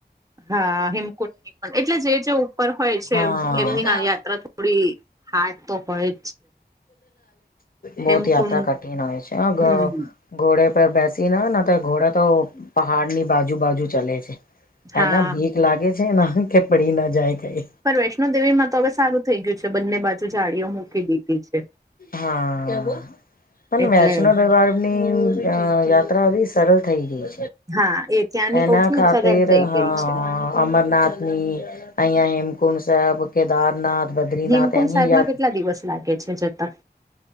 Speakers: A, on the right (about 20°); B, on the left (about 55°).
A: હા હિમકુંડની પણ એટલે જે જે ઉપર હોય છે
B: હા
A: એમની હ યાત્રા થોડી હા તો ભય
B: બહત
A: હેમકુંડ
B: યાત્રા કઠિન હોય છે
A: હમ
B: ઘોડે પર બેસી નાને તો ઘોડડા તો પહાડની બાજુ બાજુ ચલે છે.
A: હા
B: એના બીક લાગે છે ના કે પડી ના જાય કઈ.
A: પણ વૈષ્ણો દેવીમાં તો હવે સારું થઈ ગયું છે બંને બાજુ જાળીઓ મૂકી દીધી છે.
B: હા પણ
A: એટલે
B: વૈષ્ણોદેવી ની યાત્રા આવી સરળ થઈ ગઈ.
A: હા એ ત્યાંની
B: એના
A: કઉ છું
B: ખાતર
A: ને સરળ થઈ ગઈ
B: હા
A: છે
B: અમરનાથ પછીરઅહીયા હેમકુંડ સાહેબ કેદારનાથ બદ્રીનાથ
A: હેમકુંડ
B: એની
A: સાહેબમાં
B: યાત
A: કેટલા દિવસ લાગે છે જતા.